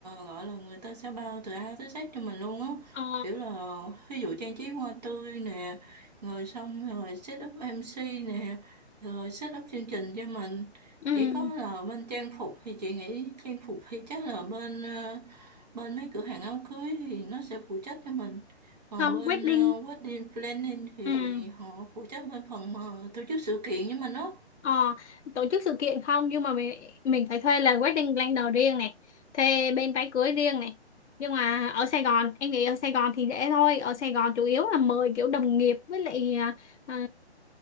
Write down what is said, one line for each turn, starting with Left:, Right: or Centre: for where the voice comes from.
Right: gọi là người ta sẽ bao từ A tới Z cho mình luôn á
Left: ờ
Right: kiểu là ví dụ trang trí hoa tươi nè rồi xong rồi set up MC nè rồi set up chương trình cho mình
Left: ừ
Right: chỉ có là bên trang phục thì chị nghĩ trang phục thì chắc là bên ờ, bên mấy cửa hàng áo cưới thì nó sẽ phụ trách cho mình còn
Left: không
Right: bên
Left: wedding
Right: ờ, wedding planning thì
Left: ừ
Right: họ phụ trách bên phần mà tổ chức sự kiện với mình á
Left: Ờ, tổ chức sự kiện không nhưng mà mình mình phải thuê là wedding planner riêng này thuê bên váy cưới riêng này nhưng mà ở Sài Gòn em nghĩ ở Sài Gòn thì dễ thôi ở Sài Gòn chủ yếu là mời kiểu đồng nghiệp với lại à, ừ,